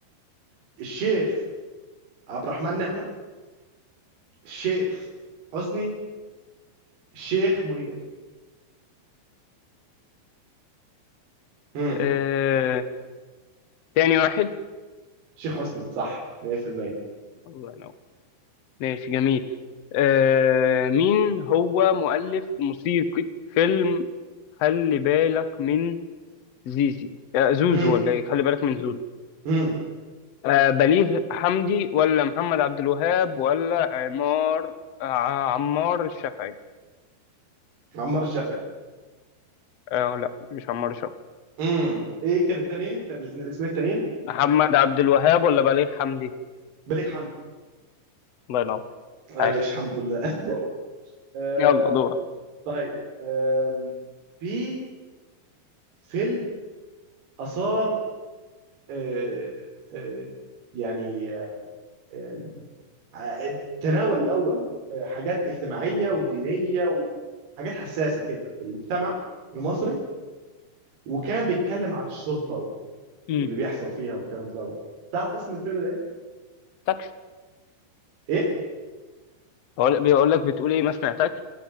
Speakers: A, on the right; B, on the left.
A: الشيخ عبد الرحمن نعمة الشيخ حسني الشيخ منير امم
B: آه، تاني واحد
A: الشيخ حسني صح 100%
B: الله ينور ماشي جميل آه، مين هو مؤلف موسيقى فيلم خلي بالك من زيزي آه، زوزو
A: امم
B: ولا إيه خلي بالك من زوزو
A: امم
B: آه بليغ حمدي ولا محمد عبد الوهاب ولا عمار آه عمار الشافعي
A: عمار الشافعي
B: آه لا مش عمار الشافعي
A: امم ايه كان التاني الت- الاسم- اسمين التانيين
B: محمد عبد الوهاب ولا بليغ حمدي
A: بليغ حمدي
B: الله ينور
A: آه
B: عاش
A: ماشي الحمد لله <laughs> آه
B: يلا دورك
A: طيب آم، في فيلم اثار آه آه يعني آم، آم، ع- تناول الاول آه، حاجات اجتماعيه ودينيه وحاجات حساسه كده في المجتمع المصري وكان بيتكلم عن الشرطه و...
B: امم
A: واللي بيحصل فيها والكلام دوت تعرف اسم الفيلم ده ايه؟
B: تاكش
A: ايه؟
B: هو بيقول لك بتقول ايه ما سمعتكش